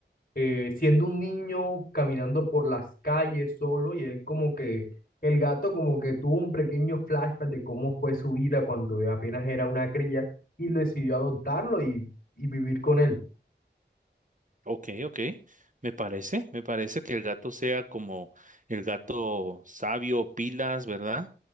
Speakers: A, on the left; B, on the right.
A: eh, siendo un niño caminando por las calles solo y él como que, el gato como que tuvo un pequeño flashback de cómo fue su vida cuando apenas era una cría y decidió adoptarlo y, y vivir con él.
B: Ok, ok. Me parece, me parece que el gato sea como el gato sabio, pilas, ¿verdad?